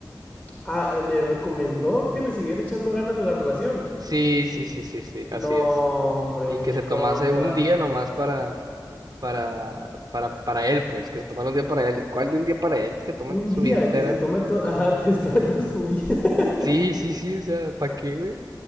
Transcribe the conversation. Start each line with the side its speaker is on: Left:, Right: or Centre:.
Left: Ah, eh, le recomendó que le siguiera echando ganas a la relación.
Right: Sí, sí, sí, sí, sí, así
Left: No,
Right: es.
Left: hombre,
Right: Y que
Left: mi
Right: se tomase
Left: compa.
Right: un día nomás para, para, para, para él, pues, que se tomara un día para él. ¿Cuál de un día para él que se toma
Left: Un
Right: su
Left: día
Right: vida entera?
Left: que se tome, todo <laughs> ajá, que se tome toda su vida. <laughs>
Right: Sí, sí, sí, o sea, ¿para qué, güey?